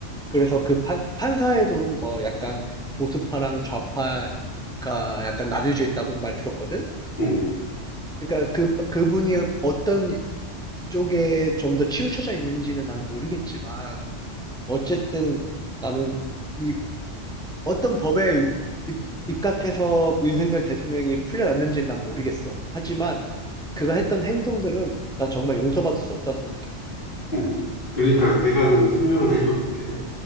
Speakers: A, in the centre; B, on the left (about 45°).
A: 그래서 그 판, 판사에도 뭐 약간 보수파랑 좌파가 약간 나뉘어져 있다고 말 들었거든?
B: 음,
A: 그러니까 그, 그분이 어떤 쪽에 좀 더 치우쳐져 있는지는 난 모르겠지만, 어쨌든 나는 이 어떤 법에 입, 입각해서 윤석열 대통령이 풀려났는지는 난 모르겠어. 하지만 그가 했던 행동들은 난 정말 용서받을 수 없다 생각해.
B: 음. 그러니까 내가 그러면 설명을 해줘 볼게.